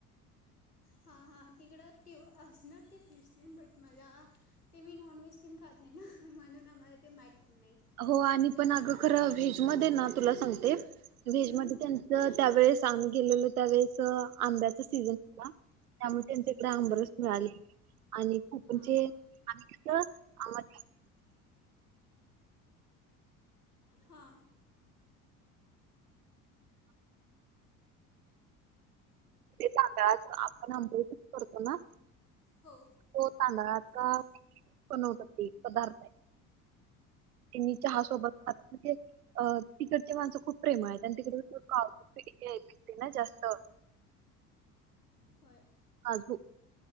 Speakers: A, on the left; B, on the right.
A: हा -हा तिकडं तेवढं असणार ते बीच तेन बट मला ते मी नॉनव्हेज तिन खात नाही. ना म्हणून आम्हाला ते माहित नाही.
B: हो आणि पण अगं खरं व्हेजमध्ये ना तुला सांगते व्हेजमध्ये
A: हं?
B: त्यांच त्यावेेळेस आम्ही गेलेलो त्यावेेळेस आंब्याचा सीझन होता. त्यामुळे तिकडं आमरस मिळाली. आणि खूणजे
A: हां हां
B: <inaudible>
A: हा.
B: सांगाच आपण आंबेच करतो ना?
A: हो.
B: तो तांदळाचा
A: आम
B: बनवतात पदार्थताय. त्यां चहा सोबत हात होते अ तिकड ते माणसं खूप प्रेम आहे. आणि तिकडे काजू पिकते ना जास्त.
A: होय.
B: आजु